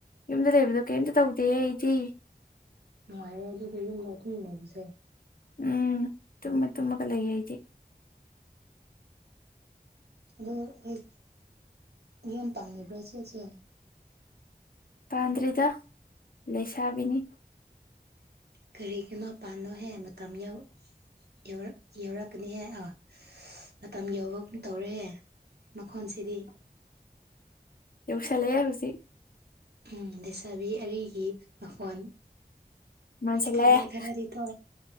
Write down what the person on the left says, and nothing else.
ꯌꯨꯝꯗ ꯂꯩꯕꯗꯣ ꯀꯔꯤꯝꯇ ꯇꯧꯗꯦ ꯑꯩꯗꯤ
ꯎꯝ ꯇꯨꯝꯃ ꯇꯨꯝꯃꯒ ꯂꯩꯌꯦ ꯑꯩꯗꯤ
ꯄꯥꯟꯗ꯭ꯔꯤꯗ ꯂꯩꯁꯥꯕꯤꯅꯤ
ꯌꯥꯎꯁꯤꯜꯔꯛꯌꯦ ꯍꯧꯖꯤꯛ
ꯃꯥꯟꯁꯜꯂꯛꯑꯦ